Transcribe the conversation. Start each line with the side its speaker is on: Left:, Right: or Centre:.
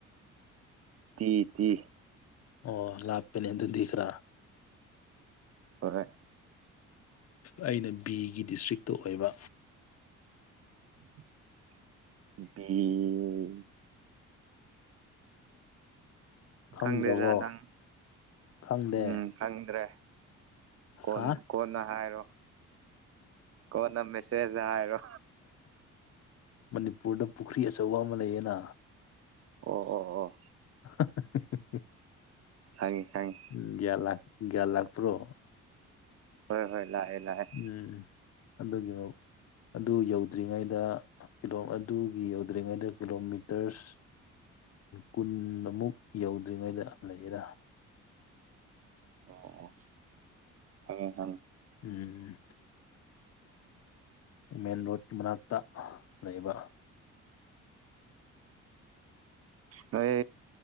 Right: ꯇ ꯇ
Left: ꯑꯣ ꯂꯥꯞꯄꯅꯦ ꯑꯗꯨꯗꯤ ꯈꯔ
Right: ꯍꯣꯏ ꯍꯣꯏ
Left: ꯑꯩꯅ ꯕꯤꯒꯤ ꯗꯤꯁꯇ꯭ꯔꯤꯛꯇ ꯑꯣꯏꯕ
Right: <unintelligible>
Left: ꯈꯪꯗ꯭ꯔꯕꯣ
Right: ꯈꯪꯗꯦꯗ ꯅꯪ
Left: ꯈꯪꯗꯦ
Right: ꯎꯝ ꯈꯪꯗ꯭ꯔꯦ ꯀꯣꯟ
Left: ꯍꯥ
Right: ꯀꯣꯟꯅ ꯍꯥꯏꯔꯣ ꯀꯣꯟꯅ ꯃꯦꯁꯦꯖ ꯍꯥꯏꯔꯣ
Left: ꯃꯅꯤꯄꯨꯔꯗ ꯄꯨꯈ꯭ꯔꯤ ꯑꯆꯧꯕ ꯑꯃ ꯂꯩꯌꯦꯅ
Right: ꯑꯣ ꯑꯣ ꯑꯣ
Left: <unintelligible>
Right: ꯈꯉꯦ ꯈꯉꯦ
Left: ꯎꯝ ꯭ ꯂ ꯭ ꯂꯥꯈ ꯄ꯭ꯔꯣ
Right: ꯍꯣꯏ ꯍꯣꯏ ꯂꯥꯛꯑꯦ ꯂꯥꯛꯑꯦ
Left: ꯎꯝ ꯑꯗ ꯑꯗꯨ ꯌꯧꯗ꯭ꯔꯤꯉꯩꯗꯂ ꯑꯗꯨꯒꯤ ꯌꯧꯗ꯭ꯔꯤꯉꯩꯗ ꯀꯤꯂꯣꯃꯤꯇꯔꯁ ꯀꯨꯟꯃꯨꯛ ꯌꯧꯗ꯭ꯔꯤꯉꯩꯗ ꯂꯩꯌꯦꯔ
Right: ꯑꯣ ꯑꯣ ꯐꯒꯦ ꯈꯪ
Left: ꯎꯝ ꯃꯦꯟ ꯔꯣꯗꯀꯤ ꯃꯅꯥꯛꯇ ꯂꯩꯕ
Right: ꯅꯣꯏ